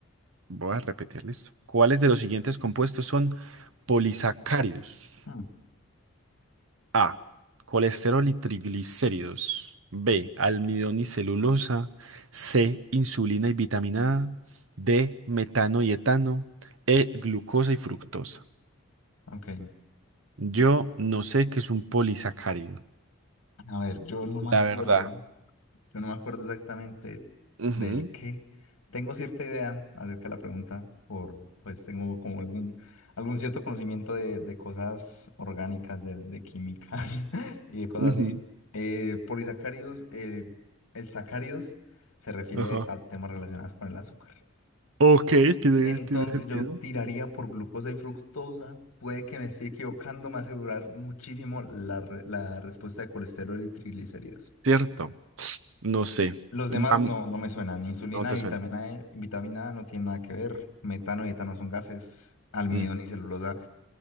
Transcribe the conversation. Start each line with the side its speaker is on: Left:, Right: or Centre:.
Right: voy a repetir, listo. ¿Cuáles de los siguientes compuestos son polisacáridos?
Left: Hmm.
Right: A, colesterol y triglicéridos. B, almidón y celulosa. C, insulina y vitamina A. D, metano y etano. E, glucosa y fructosa.
Left: Ok.
Right: Yo no sé qué es un polisacárido,
Left: A ver, yo no
Right: la
Left: me acuerdo.
Right: verdad.
Left: Yo no me acuerdo exactamente del
Right: Ujú,
Left: qué. Tengo cierta idea acerca de la pregunta, por, pues tengo como algún, algún cierto conocimiento de, de cosas orgánicas, de, de química <laughs> y de cosas
Right: ujú,
Left: así. Eh, polisacáridos, eh, el sacáridos se refiere
Right: Ajá.
Left: a temas relacionados con el azúcar.
Right: Ok, tiene,
Left: Entonces
Right: tiene sentido.
Left: yo tiraría por glucosa y fructosa. Puede que me esté equivocando, me va a asegurar muchísimo la, re- la respuesta de colesterol y triglicéridos.
Right: Cierto, no sé.
Left: Los
Right: Vam-
Left: demás no, no me suenan. Insulina
Right: No te
Left: y
Right: suena.
Left: vitamina E, vitamina A no tienen nada que ver. Metano y etano son gases. Almidón
Right: Ujú.
Left: y celulosa